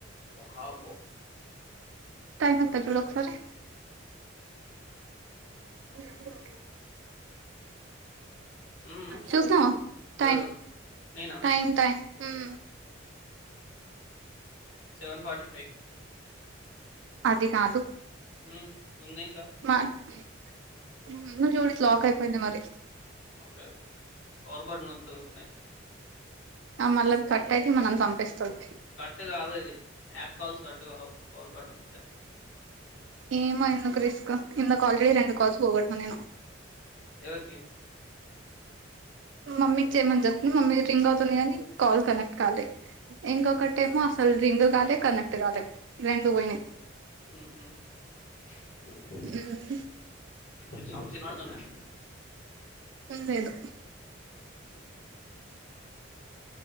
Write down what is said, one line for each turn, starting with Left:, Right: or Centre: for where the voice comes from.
Left: వామ్మో
Right: టైమ్ ఎంత చూడు ఒకసారి అ <inaudible>
Left: ఉమ్
Right: చూసినవా టైం
Left: ఎవరు నేనా
Right: టైం టైం ఉం
Left: సెవెన్ ఫార్టీ ఫై
Right: అది కాదు
Left: ఉమ్ ఉంది ఇంకా
Right: మా <unintelligible> చూడి లాకైపోయింది మరి
Left: ఓకే పవర్ బటన్ నొక్కు ఓపెన్ అయితది
Right: ఆ మల్ల కట్ అయితే మనల్ని చంపేస్తది
Left: కట్ కావు ఇది యాప్ కాల్స్ కట్ కావు పవర్ బటన్ నొక్కితే
Right: ఏమో ఎందుకు రిస్క్ ఇందకా ఆల్రెడీ రెండు కాల్స్ పోగొట్టన నేను
Left: ఎవరికి
Right: మమ్మీకి చేయమని చెప్తున్నా మమ్మీ రింగ్ అవుతుంది కాని కాల్ కనెక్ట్ కాలె ఇంకొకటెమో అసలు రింగ్ కాలే కనెక్ట్ కాలే రెండు పోయినై
Left: హు హామ్ <inaudible>
Right: హు హామ్
Left: కొన్ని సాంగ్స్ వినబడుతున్నాయా
Right: వినలేదు
Left: ఓకే <inaudible>